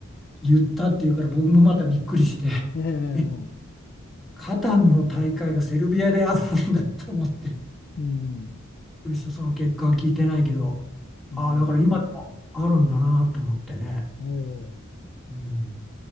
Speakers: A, in the centre; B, on the left.
A: 言ったっていうから僕もまたびっくりして、
B: ええ、
A: え、カタンの大会がセルビアであるんだと思って、
B: うん。
A: くりした、その結果は聞いてないけど、
B: うん。
A: ああ、だから今でもあるんだなと思ってね。
B: ええ、
A: うん、